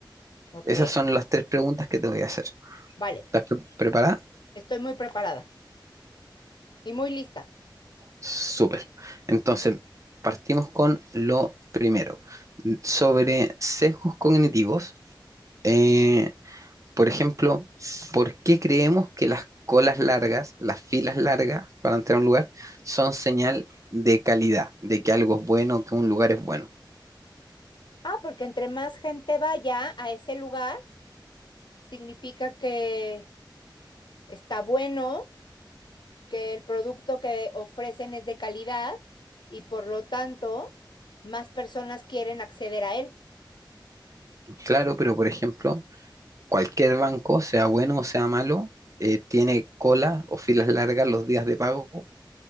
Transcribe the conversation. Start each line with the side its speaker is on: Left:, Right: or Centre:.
Left: ok,
Right: Esas son las tres preguntas que te voy a hacer.
Left: vale.
Right: ¿Estás pre- preparada?
Left: Estoy muy preparada y muy lista.
Right: Súper. Entonces, partimos con lo primero. Sobre sesgos cognitivos, eh,
Left: Sí.
Right: por ejemplo, ¿por qué creemos que las colas largas, las filas largas para entrar a un lugar, son señal de calidad, de que algo es bueno, que un lugar es bueno?
Left: Ah, porque entre más gente vaya a ese lugar, significa que está bueno, que el producto que ofrecen es de calidad y por lo tanto más personas quieren acceder a él.
Right: Claro, pero por ejemplo, cualquier banco, sea bueno o sea malo, eh, tiene cola o filas largas los días de pago,